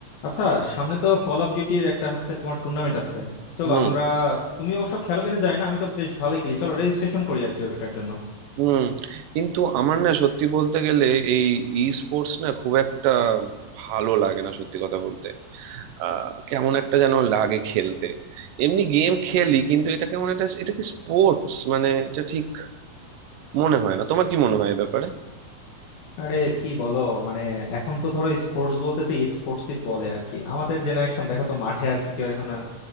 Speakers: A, on the left (about 80°); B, on the right (about 75°).
A: আচ্ছা সামনে তো কল অফ ডিউটির একটা হচ্ছে তোমার টুর্নামেন্ট আছে চলো
B: হুম
A: আমরা তুমি অবশ্য খেলো কিনা জানি না আমি তো বেশ ভালোই খেলি চলো রেজিস্ট্রেশন করি আর কি ওটার জন্য
B: হুম কিন্তু আমার না সত্যি বলতে গেলে এই ই স্পোর্টস না খুব একটা ভালো লাগে না সত্যি কথা বলতে আহ কেমন একটা যেন লাগে খেলতে এমনি গেম খেলি কিন্তু এটা কেমন একটা এটা কি স্পোর্টস মানে এটা ঠিক মনে হয় না তোমার কি মনে হয় এ ব্যাপারে
A: আরে কি বলো মানে এখন তো ধরো স্পোর্টস বলতে তো স্পোর্টসই বলে আর কি আমাদের জেনারেশন দেখো তো মাঠে আর কি কেউ এখন আর